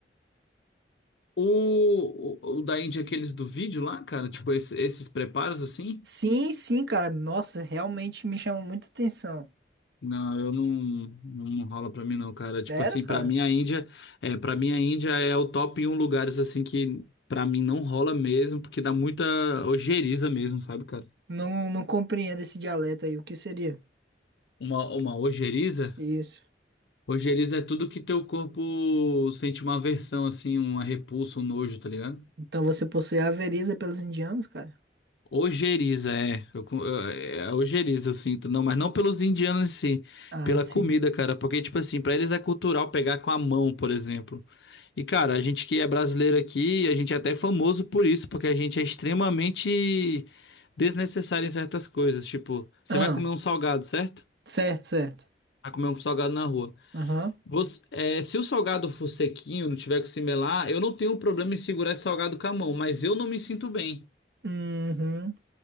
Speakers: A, on the left; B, on the right.
A: O, o, o da Índia, aqueles do vídeo lá, cara, tipo, esse- esses preparos assim.
B: Sim, sim, cara. Nossa, realmente me chama muita atenção.
A: Não, eu não, não, não rola pra mim não, cara. Tipo
B: Sério,
A: assim,
B: cara?
A: pra mim a Índia, é, para mim a Índia é o top 1 lugares assim que pra mim não rola mesmo, porque dá muita ojeriza mesmo, sabe, cara?
B: Não, não compreendo esse dialeto aí. O que seria?
A: Uma, uma ojeriza?
B: Isso.
A: Ojeriza é tudo que teu corpo sente uma aversão, assim, uma repulsa, um nojo, tá ligado?
B: Então você possui a veriza pelos indianos, cara?
A: Ojeriza, é. Eu, co- é é ojeriza, eu sinto. Não, mas não pelos indianos em si.
B: Ah,
A: Pela
B: sim.
A: comida, cara. Porque, tipo assim, pra eles é cultural pegar com a mão, por exemplo. E, cara, a gente que é brasileiro aqui, a gente é até famoso por isso, porque a gente é extremamente desnecessário em certas coisas. Tipo, você
B: Ah,
A: vai comer um salgado, certo?
B: certo, certo.
A: Vai comer um salgado na rua.
B: Aham.
A: Você- é, se o salgado for sequinho, não tiver que se melar, eu não tenho problema em segurar esse salgado com a mão, mas eu não me sinto bem.
B: Uhum.